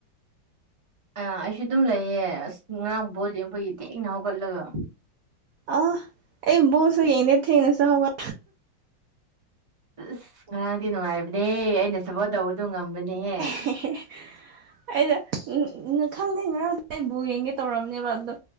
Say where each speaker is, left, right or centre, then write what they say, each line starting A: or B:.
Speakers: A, on the right; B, on the right.
A: ꯑ ꯑꯩꯁꯨ ꯑꯗꯨꯝ ꯂꯩꯌꯦ ꯑꯁ ꯉꯔꯥꯡ ꯕꯣꯜ ꯌꯦꯡꯕꯒꯤ ꯊꯦꯡꯅ ꯍꯧꯒꯠꯂꯒ
B: ꯑ ꯑꯩ ꯕꯣꯜꯁꯨ ꯌꯦꯡꯗꯦ ꯊꯦꯡꯅꯥꯁꯨ ꯍꯧꯒꯠ
A: ꯑꯁ ꯉꯔꯥꯡꯗꯤ ꯅꯨꯡꯉꯥꯏꯕꯅꯦꯍꯦ ꯑꯩꯅ ꯁꯞꯄꯣꯔꯠ ꯇꯧꯕꯗꯨ ꯉꯝꯕꯅꯦꯍꯦ
B: ꯍ ꯑꯩꯗ ꯎꯝ ꯈꯪꯗꯦ ꯉꯔꯥꯡ ꯑꯩꯕꯨ ꯌꯦꯡꯒꯦ ꯇꯧꯔꯔꯕꯅꯦꯕ ꯑꯗꯣ